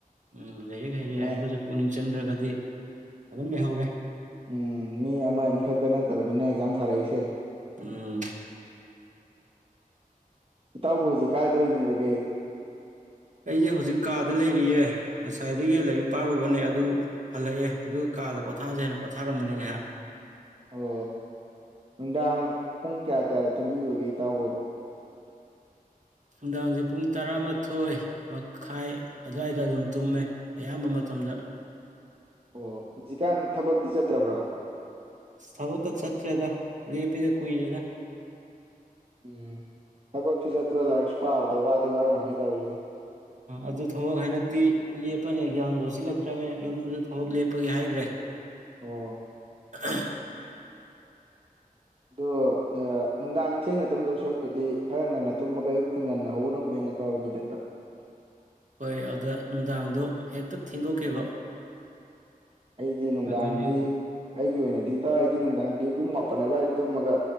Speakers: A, on the right (about 55°); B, on the right (about 40°).
A: ꯎꯝ ꯂꯩꯥꯏꯔꯦ ꯍꯩꯔꯦ
B: ꯃꯦ
A: ꯍꯥꯏꯔꯒꯁꯨ ꯄꯨꯛꯅꯤꯡ ꯆꯪꯗ꯭ꯔꯒꯗꯤ ꯑꯗꯨꯝ ꯂꯩꯍꯧꯔꯦ
B: ꯎꯝ ꯃꯤ ꯑꯃ ꯑꯅꯤ ꯈꯛꯇ ꯅꯠꯇꯕꯅꯤꯅ ꯑꯦꯛꯖꯥꯝ ꯊꯥꯔꯛꯏꯁꯦ꯫
A: ꯎꯝ
B: ꯏꯇꯥꯎꯕꯨ ꯍꯧꯖꯤꯛ ꯀꯥꯏꯗ ꯂꯩꯔꯤꯕꯒꯦ꯫
A: ꯑꯩꯁꯦ ꯍꯧꯖꯤꯛ ꯀꯥꯗ ꯂꯩꯔꯤꯌꯦ ꯉꯁꯥꯏꯗꯒꯤ ꯂꯥꯏꯔꯤꯛ ꯄꯥꯔꯨꯕꯅꯦ ꯑꯗꯨ ꯍꯜꯂꯛꯑꯦ ꯑꯗꯨꯒ ꯀꯥꯗ ꯄꯣꯊꯥꯁꯦ ꯍꯥꯏꯅ ꯄꯣꯊꯥꯔꯝꯕꯅꯦ ꯉꯥꯏꯍꯥꯛ꯫
B: ꯑꯣ ꯅꯨꯡꯗꯥꯡ ꯄꯨꯡ ꯀꯌꯥ ꯀꯌꯥꯗ ꯇꯨꯝꯕꯤꯕꯒꯦ ꯏꯇꯥꯎꯕꫭ꯫
A: ꯅꯨꯡꯗꯥꯡꯁꯦ ꯄꯨꯡ ꯇꯔꯥꯃꯥꯊꯣꯏ ꯃꯈꯥꯏ ꯑꯗꯨꯋꯥꯏꯗ ꯑꯗꯨꯝ ꯇꯨꯝꯃꯦ ꯑꯌꯥꯝꯕ ꯃꯇꯝꯗ꯫
B: ꯑꯣ ꯍꯧꯖꯤꯛꯀꯥꯟ ꯊꯕꯛꯇꯤ ꯆꯠꯇ꯭ꯔꯕ꯭ꯔꯣ꯫
A: ꯁ ꯊꯕꯛꯀꯛ ꯆꯠꯇ꯭ꯔꯗ ꯂꯦꯞꯑꯦꯗ ꯀꯨꯏꯔꯦꯗ꯫
B: ꯎꯝ ꯊꯕꯛꯁꯨ ꯆꯠꯇꯨ ꯂꯥꯏꯔꯤꯛꯁꯨ ꯄꯥꯕꯗ ꯋꯥꯗꯤ ꯋꯥꯔꯝꯒꯅꯤ ꯇꯧꯔꯤꯁꯦ꯫
A: ꯑꯗꯨ ꯊꯕꯛ ꯍꯟꯗꯛꯇꯤ ꯂꯦꯞꯄꯅꯤ ꯑꯦꯛꯖꯥꯝꯅ ꯋꯠꯁꯤꯜꯂꯛꯇ꯭ꯔꯕꯅꯤꯅ ꯌꯨꯝꯗꯨꯗ ꯊꯕꯛ ꯂꯦꯞꯄꯒꯤ ꯍꯥꯏꯒ꯭ꯔꯦ꯫
B: ꯑꯣ
A: <unintelligible>
B: ꯑꯗꯣ ꯅꯨꯡꯗꯥꯡ ꯊꯦꯡꯅ ꯇꯨꯝꯗꯧ ꯁꯔꯨꯛꯄꯨꯗꯤ ꯈꯔ ꯉꯟꯅ ꯇꯨꯝꯑꯒ ꯑꯌꯨꯛꯇ ꯉꯟꯅ ꯍꯧꯒꯠꯄꯅ ꯍꯦꯟꯅ ꯐꯕꯅꯤꯗ ꯏꯇꯥꯎ꯫
A: ꯍꯣꯏ ꯑꯗ ꯅꯨꯡꯗꯥꯡꯗꯣ ꯍꯦꯛꯇ ꯊꯦꯡꯗꯣꯛꯈꯤꯕ꯫
B: ꯑꯩꯗꯤ ꯅꯨꯡꯗꯥꯡꯗꯤ
A: ꯑꯗꯨꯅꯤ
B: ꯑꯩꯒꯤ ꯑꯣꯏꯅꯗꯤ ꯇ ꯑꯩꯗꯤ ꯅꯨꯡꯗꯥꯡꯗꯤ ꯄꯨꯡ ꯃꯥꯄꯟ ꯑꯗꯨꯋꯥꯏꯗ ꯇꯨꯝꯃꯒ